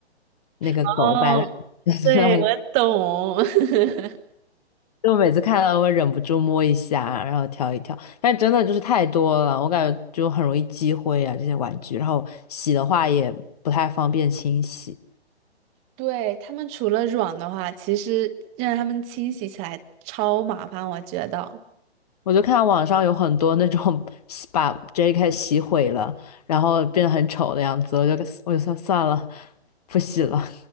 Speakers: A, on the left; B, on the right.
A: 那个狗摆烂，
B: 哦 <laughs>
A: <laughs> 就是很，
B: 对，我懂。<laughs>
A: <laughs> 就我每次看到会忍不住摸一下，然后挑一挑，但真的就是太多了，我感觉就很容易积灰啊这些玩具，然后洗的话也不太方便清洗。
B: 对，他们除了软的话，其实让他们清洗起来超麻烦，我觉得。
A: 我就看到网上有很多那种 <laughs> 洗把 JK 洗毁了，然后变得很丑的样子，我就我就算算了，不洗了。